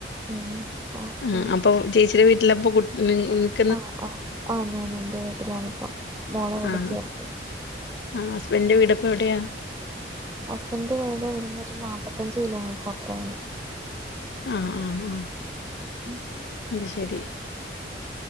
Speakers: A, on the right; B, on the left.
A: ഉം അപ്പൊ
B: മം അപ്പൊ ചേച്ചിടെ വീട്ടിലപ്പം കു ഇനി <unintelligible>
A: ആഹ് ആഹ് ഞാൻ ഇന്റെ വീട്ടിലാണിപ്പം. മോളെ ഇവിടെ
B: ആഹ്
A: ചേർത്തി.
B: ആ ഹസ്ബെന്റെ വീടെപ്പ എവിടെയാ
A: ഹസ്ബൻഡിന്റെ വീട് ഇവെടെന്നൊരു നാപ്പത്തഞ്ച് കിലോമീറ്റർ അപ്പേറണ്.
B: ആ ആ ആ
A: മം
B: ഇത് ശെരി